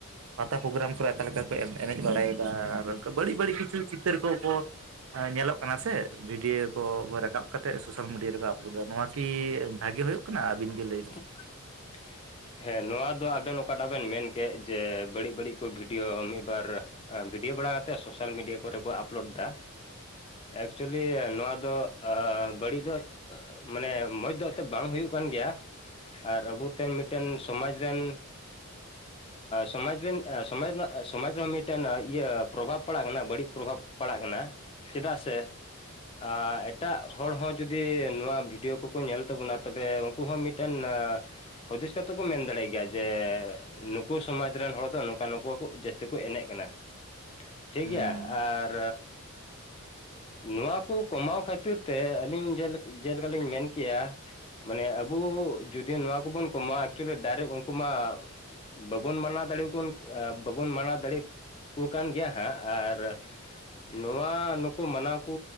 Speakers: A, on the right; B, on the left.
A: ᱯᱟᱛᱟ ᱯᱳᱜᱜᱨᱟᱢ ᱠᱚᱨᱮ ᱟᱠᱟ ᱞᱮᱠᱟ ᱠᱚ ᱮᱱᱮᱡ ᱵᱟᱲᱟᱭᱮᱫᱟ ᱟᱨ ᱵᱟᱹᱲᱤᱡ ᱵᱟᱹᱲᱤᱡ ᱠᱤᱪᱷᱩ ᱪᱤᱛᱟᱹᱨ ᱠᱚ ᱠᱚ ᱧᱮᱞᱚᱜ ᱠᱟᱱᱟ ᱥᱮ᱾ ᱵᱷᱤᱰᱤᱭᱳ ᱠᱚ ᱨᱟᱠᱟᱵ ᱠᱟᱛᱮᱜ ᱥᱳᱥᱟᱞ ᱢᱤᱰᱤᱭᱟ ᱨᱮᱠᱚ ᱟᱯᱞᱳᱰ ᱫᱟ᱾ ᱱᱚᱶᱟ ᱠᱤ ᱵᱷᱟᱹᱜᱮ ᱦᱳᱭᱳᱜ ᱠᱟᱱᱟ? ᱟᱵᱤᱱᱜᱮ ᱞᱟᱹᱭ
B: <unintelligible>
A: ᱵᱤᱱ
B: <inaudible> ᱦᱮᱸ ᱱᱚᱣᱟ ᱫᱚ ᱟᱵᱮᱱ ᱚᱠᱟᱴᱟᱜ ᱵᱮᱱ ᱢᱮᱱ ᱠᱮᱜ ᱡᱮ ᱵᱟᱹᱲᱤᱡ ᱵᱟᱹᱲᱤᱡ ᱠᱚ ᱵᱷᱤᱰᱤᱭᱳ ᱢᱤᱜ ᱵᱟᱨ, ᱵᱷᱤᱰᱤᱭᱳ ᱵᱟᱲᱟ ᱠᱟᱛᱮᱜ ᱥᱳᱥᱟᱞ ᱢᱤᱰᱤᱭᱟ ᱠᱚᱨᱮ ᱠᱚ ᱟᱯᱞᱳᱰ ᱫᱟ᱾ ᱮᱠᱪᱩᱭᱮᱞᱤ ᱱᱚᱣᱟ ᱫᱚ ᱟ, ᱵᱟᱹᱲᱤᱡ ᱫᱚ ᱢᱟᱱᱮ ᱢᱚᱸᱡᱽ ᱫᱚ ᱮᱛᱮ ᱵᱟᱝ ᱦᱩᱭᱩᱜ ᱠᱟᱱ ᱜᱮᱭᱟ᱾ ᱟᱨ ᱟᱵᱩᱛᱮ ᱢᱤᱜᱴᱟᱹᱝ ᱥᱚᱢᱟᱡᱽ ᱨᱮᱱ
A: <unintelligible> <inaudible>
B: ᱥᱚᱢᱟᱡᱽ ᱨᱮᱱ ᱥᱚᱢᱟᱡᱽ ᱨᱮᱱᱟᱜ ᱥᱚᱢᱟᱡᱽ ᱨᱮᱦᱚᱸ, ᱢᱤᱜᱴᱮᱱ ᱤᱭᱟᱹ ᱯᱨᱚᱵᱷᱟᱵᱽ ᱯᱟᱲᱟᱜ ᱠᱟᱱᱟ ᱵᱟᱹᱲᱤᱡ ᱯᱨᱚᱵᱷᱟᱵᱽ ᱯᱟᱲᱟᱜ ᱠᱟᱱᱟ᱾ ᱪᱮᱫᱟᱜ ᱥᱮ? ᱟ, ᱮᱴᱟᱜ ᱦᱚᱲ ᱦᱚᱸ ᱡᱩᱫᱤ ᱱᱚᱣᱟ ᱵᱷᱤᱰᱤᱭᱳ ᱠᱚᱠᱚ ᱧᱮᱞ ᱛᱟᱵᱚᱱᱟ ᱛᱚᱵᱮ ᱩᱱᱠᱩ ᱦᱚᱸ ᱢᱤᱫ ᱢᱤᱜᱴᱮᱱ ᱟ, ᱦᱩᱫᱤᱥ ᱠᱟᱛᱮ ᱠᱚ ᱢᱮᱱ ᱫᱟᱲᱮᱭᱟᱜ ᱜᱮᱭᱟ ᱡᱮ ᱱᱩᱠᱩ ᱥᱚᱢᱟᱡᱽ ᱨᱮᱱ ᱦᱚᱲ ᱫᱚ ᱱᱚᱝᱠᱟ ᱱᱩᱠᱩ ᱦᱚᱠᱩ ᱡᱟᱹᱥᱛᱤ ᱠᱚ ᱮᱱᱮᱡ ᱠᱟᱱᱟ᱾ ᱴᱷᱤᱠ
A: ᱦᱩᱸ
B: ᱜᱮᱭᱟ? ᱟᱨ
A: <unintelligible> <inaudible>
B: ᱱᱚᱣᱟ ᱠᱚ ᱠᱚᱢᱟᱣ ᱠᱷᱟᱹᱛᱤᱨ ᱛᱮ, ᱟᱹᱞᱤᱧ ᱡᱮᱞᱮᱠ ᱡᱮᱞᱮᱠᱟᱞᱤᱧ ᱢᱮᱱ ᱠᱮᱭᱟ᱾ ᱢᱟᱱᱮ, ᱟᱵᱩ ᱡᱚᱫᱤ ᱱᱚᱣᱟ ᱠᱚᱵᱚᱱ ᱠᱚᱢᱟᱣᱟ ᱮᱠᱪᱩᱭᱮᱞᱤ ᱰᱟᱭᱨᱮᱠ ᱩᱱᱠᱩ ᱢᱟ ᱵᱟᱵᱚᱱ ᱢᱟᱱᱟ ᱫᱟᱲᱮᱣᱟᱠᱩᱱ ᱵᱟᱵᱚᱱ ᱢᱟᱱᱟ ᱫᱟᱲᱮᱭᱟ ᱠᱩ ᱠᱟᱱ ᱜᱮᱭᱟ ᱦᱟᱸᱜ ᱟᱨ, ᱱᱚᱣᱟ ᱱᱩᱠᱩ ᱢᱟᱱᱟᱣ ᱠᱚ